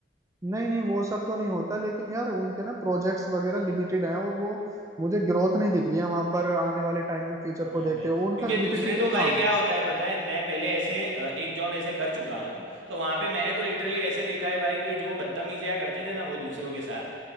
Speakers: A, on the right (about 15°); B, on the right (about 90°).
A: नहीं नहीं वो सब तो नहीं होता लेकिन यार उनके ना प्रोजेक्ट्स वगैरह लिमिटेड हैं और वो मुझे ग्रोथ नहीं दिख रही है वहां पर आने वाले टाइम में फ्यूचर
B: हाँ
A: को देखते
B: भाई
A: हुए उनका
B: क्योंकि
A: रिपीटेटिव
B: दूसरे तो भाई
A: काम
B: क्या
A: है
B: होता है पता है मैं पहले ऐसे अ, एक जॉब ऐसे कर चुका हूँ तो वहाँ पे मैंने तो लिटरली ऐसे देखा है भाई कि जो बदतमीजियाँ करते थे ना वो दूसरों के साथ